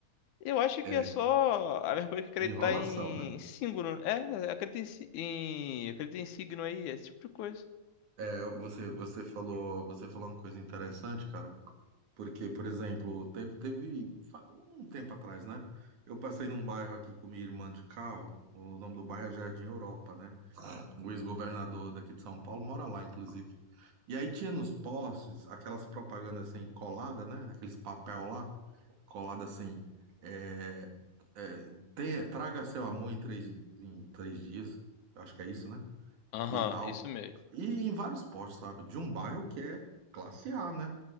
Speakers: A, on the left; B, on the right.
A: Eu acho
B: é,
A: que é só a mesma coisa que acreditar
B: enrolação,
A: em
B: né?
A: signo, é, acredita em, si- em, acredita em signo aí, esse tipo de coisa.
B: É, você, você falou, você falou uma coisa interessante, cara, porque, por exemplo, teve, teve fa- um tempo atrás, né? Eu passei num bairro aqui com minha irmã de carro, o nome do bairro é Jardim Europa, né? O ex-governador daqui de São Paulo mora lá, inclusive. E aí tinha nos postes aquelas propagandas assim, colada, né? Aqueles papel lá, colada assim, é, é, te- traga seu amor em três, em três dias, eu acho que é isso, né?
A: Aham,
B: e tal.
A: isso mesmo.
B: E em vários postos, sabe? De um bairro que é classe A, né?